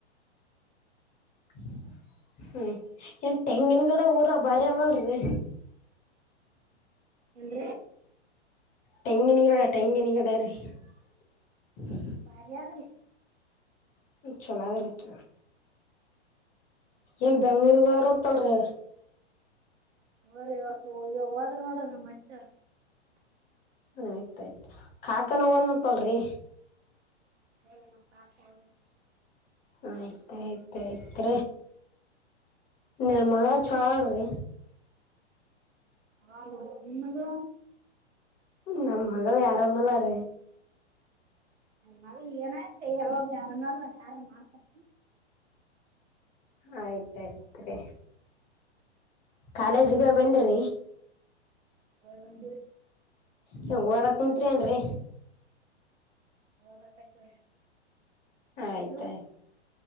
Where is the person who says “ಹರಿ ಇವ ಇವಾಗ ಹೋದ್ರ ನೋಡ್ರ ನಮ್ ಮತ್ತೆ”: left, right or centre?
Right